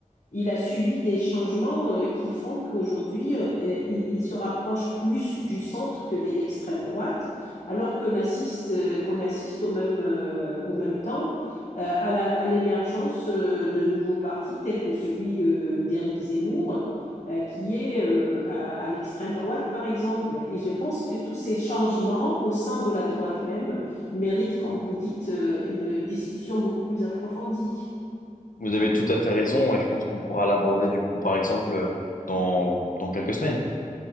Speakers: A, on the left; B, on the left.
A: Il a subi des changements euh, qui font qu'aujourd'hui, euh, il, il se rapproche plus du centre que de l'extrême droite, alors qu'on assiste, euh, qu'on assiste au même, euh, au même temps euh, à la- à l'émergence euh, de nouveaux partis tels que celui euh, d'Éric Zemmour, euh, qui est euh, à, à l'extrême droite, par exemple. Et je pense que tous ces changements au sein de la droite même méritent, comme vous dites, euh, une discussion beaucoup plus approfondie.
B: Vous avez tout à fait raison et je pense qu'on pourra l'aborder du coup, par exemple, euh, dans dans quelques semaines.